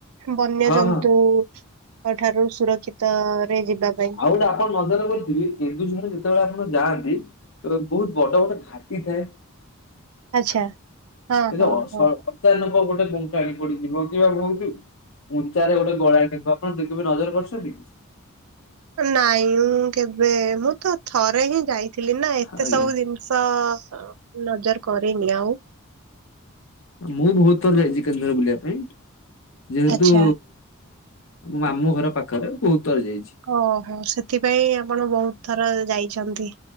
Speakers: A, on the right (about 80°); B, on the left (about 70°).
A: ବନ୍ୟଜନ୍ତୁଙ୍କ
B: ହଁ ହଁ
A: ଠାରୁ ସୁରକ୍ଷିତ ରେ ଯିବା ପାଇଁ।
B: ଆଉ ଗୁଟେ ଆପଣ ନଜର କରିଥିବେ କେନ୍ଦୁଝର ଯେତେବେଳେ ଆପଣ ଯାଆନ୍ତି ତ ବହୁତ ବଡ ବଡ ଘାଟି ଥାଏ।
A: ଆଚ୍ଛା। ହଁ
B: କିନ୍ତୁ
A: ହଁ
B: ହ
A: ହଁ।
B: ସ ଅଚାନକ ଗୁଟେ ବଙ୍କାଟେ ପଡିଯିବ କିମ୍ୱା ବହୁତ୍ ଉଞ୍ଚାରେ ଗୁଟେ ଗଳାଟେ କୁ ଆପଣ ଦେଖି କେବେ ନଜର କରିଛନ୍ତି?
A: ନାଇଁ କେବେ ମୁଁ ତ ଥରେ ହିଁ ଯାଇଥିଲି ନା ଏତେ
B: ଆଜ୍ଞା
A: ସବୁ ଜିନିଷ ନଜର କରିନି ଆଉ।
B: ମୁଁ ବହୁତ ଥର ଯାଇଚି କେନ୍ଦୁଝର ବୁଲିବା ପାଇଁ ଯେହେତୁ
A: ଆଚ୍ଛା।
B: ମୋ ମାମୁଁ ଘର ପାଖରେ ବହୁତଥର ଯାଇଚି।
A: ଓହୋ ସେଥିପାଇଁ ଆପଣ ବହୁତ ଥର ଯାଇଛନ୍ତି।